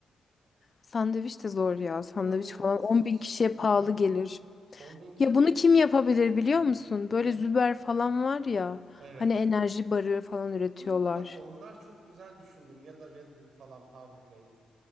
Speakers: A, on the left; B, on the right.
A: sandviç de zor ya. Sandviç
B: Onu bir
A: falan
B: sus.
A: 10 bin kişiye
B: Aha.
A: pahalı gelir.
B: 10 bin kişi
A: Ya
B: de
A: bunu
B: yemeyecek
A: kim yapabilir
B: ki.
A: biliyor
B: Aha.
A: musun? Böyle
B: Kim?
A: Züber falan var ya. Hani
B: Evet.
A: enerji barı falan üretiyorlar.
B: Hı, bak onlar çok güzel düşündün ya da Red Bull falan Powerade.